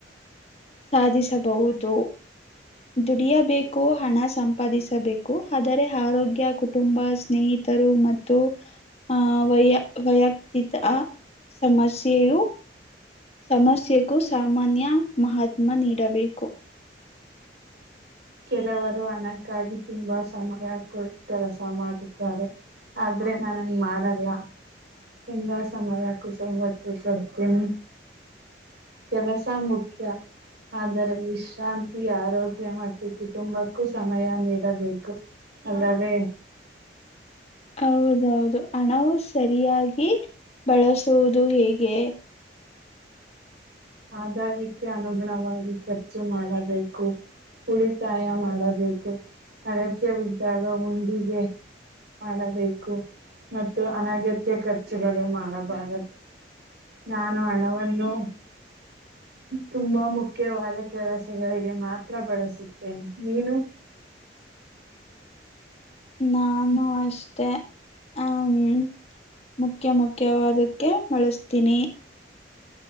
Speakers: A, on the left (about 35°); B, on the right (about 70°).
A: ಸಾಧಿಸಬಹುದು ದುಡಿಯಬೇಕು ಹಣ ಸಂಪಾದಿಸಬೇಕು ಆದರೆ ಆರೋಗ್ಯ ಕುಟುಂಬ ಸ್ನೇಹಿತರು ಮತ್ತು ಆ ವೈಯ ವೈಯಕ್ತಿಕ ಸಮಸ್ಯೆಯು ಸಮಸ್ಯೆಗೂ ಸಾಮಾನ್ಯ ಮಹತ್ ಕಮ ನೀಡಬೇಕು
B: ಕೆಲವರು ಹಣಕ್ಕಾಗಿ ತುಂಬಾ ಸಮಯ ಕೊ ಕೆಲಸ ಮಾಡುತ್ತಾರೆ ಆದ್ರೆ ನಾ ಹಂಗ್ ಮಾಡಲ್ಲ ಎಂದ ಸಮಯಕಿ ತ ಒಟ್ಟ ಚಡ್ತನಿ ಕೆಲಸ ಮುಖ್ಯ ಆದರೆ ವಿಶ್ರಾಂತಿ ಆರೋಗ್ಯ ಮತ್ತು ಕುಟುಂಬಕ್ಕೂ ಸಮಯ ನೀಡಬೇಕು ಅದದೇ
A: ಹ ಹೌದೌದು ಹಣವು ಸರಿಯಾಗಿ ಬಳಸುವುದು ಹೇಗೆ
B: ಆದಾಯಕ್ಕೆ ಅನುಗುಣವಾಗಿ ಖರ್ಚು ಮಾಡಬೇಕು ಉಳಿತಾಯ ಮಾಡಬೇಕು ಅಗತ್ಯವಿದ್ದಾಗ ಉಂಡಿಗೆ ಮಾಡಬೇಕು ಮತ್ತು ಅನಗತ್ಯ ಖರ್ಚುಗಳು ಮಾಡಬಾರದು ನಾನು ಹಣವನ್ನು
A: <inaudible>
B: ತುಂಬಾ ಮುಖ್ಯವಾದ ಕೆಲಸಗಳಿಗೆ ಮಾತ್ರ ಬಳಸುತ್ತೇನೆ ನೀನು
A: ನಾನು ಅಷ್ಟೇ ಹ್ಮ ಮುಖ್ಯ ಮು ಖ್ಯವಾದಕ್ಕೆ ಬಳಸ್ತೀನಿ